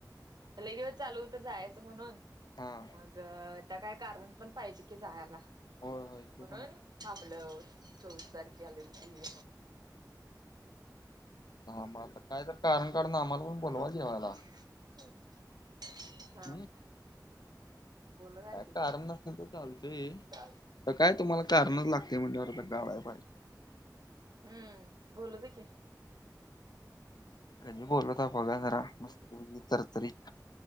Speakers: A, on the right; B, on the left.
A: लई दिवस चालू होत जायचं म्हणून,
B: हा
A: मग आता काय कारण पण पाहिजे की जायाला.
B: होय होय ते
A: म्हणून
B: पण आहे
A: थांबलं चोवीस तारखी आले म्हणून
B: हा मग आता काय? तर कारण काढून आम्हाला पण बोलवा जेवायला
A: <unintelligible>
B: हम्म
A: बोलणार
B: काय कारण
A: की
B: नसल तरी चालतय.
A: चाल
B: तर काय तुम्हाला कारणच लागत्या. म्हटल्या वर आता काडायां पाहिजे.
A: हूं बोलु दे की!
B: कधी बोलत्या बघा जरा मस्त तरतरी.